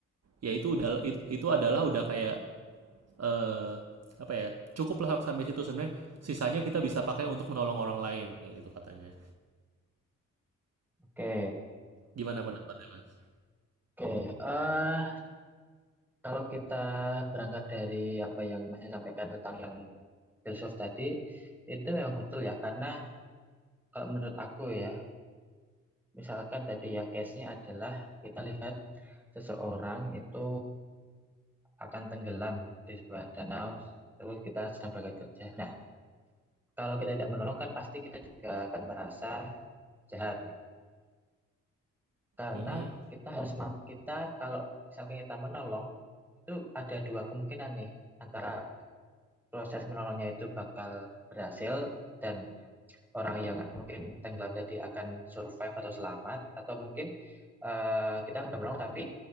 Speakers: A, on the right; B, in the centre.
A: ya itu udah itu, itu adalah udah kayak eh, apa ya? Cukuplah sampai situ sebenarnya. Sisanya kita bisa pakai untuk menolong orang lain kayak gitu katanya.
B: oke,
A: Gimana pendapatnya, Mas?
B: oke. Eh, Kalau kita berangkat dari apa yang Masnya sampaikan tentang yang filsuf tadi, itu memang betul ya, karena kalau menurut aku ya, misalkan tadi ya case-nya adalah kita lihat seseorang itu akan tenggelam di sebuah danau, terus kita sedang berangkat kerja. Nah, kalau kita tidak menolong kan pasti kita juga akan merasa jahat nih, karena
A: Mm-mm.
B: kita harus mampu kita kalau misalkan kita menolong itu ada dua kemungkinan nih antara proses menolongnya itu bakal berhasil dan orang yang mungkin tenggelam tadi akan survive atau selamat atau mungkin eh, kita udah menolong tapi